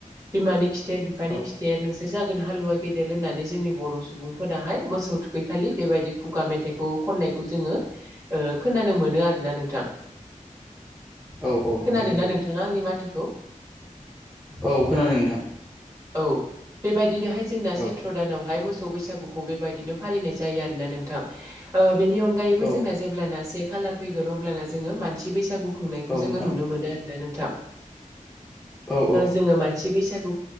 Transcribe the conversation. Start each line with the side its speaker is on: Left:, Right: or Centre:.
Right: बिमानि खिथेर खिथेर बिफानि
Centre: औ
Right: खिथेर नोंसोर जागोन हालुवा गेदेर होननानै जोंनि बर' सुबुंफोराहाय मोसौ थुखैखालि बेबायदि खुगा मेथाइखौ खननायखौ जोङो खोनानो मोनो आरोना नोंथां
Centre: औ औ नोंथां
Right: खोनादोंना
Centre: नंगौ
Right: नोंथाङा आंनि माथोखौ
Centre: औ खोनादों नोंथां
Right: औ बेबायदिनोहाय जोंना
Centre: औ
Right: सैत्र' दानावहाय मोसौ मोसौ बैसागुखौ बेबायदिनो फालिनाय जायो आरोोना नोंथां बेनि अनगायैबो
Centre: औ
Right: जोंना जे्लाना से खालार फैगोन अब्लाना जोङो मानसि बैसागु खुंनायखौ
Centre: औ नोंथां
Right: जोङो नुनो मोनो आरोना नोंथां
Centre: औ
Right: जोङो मानसि बैसागु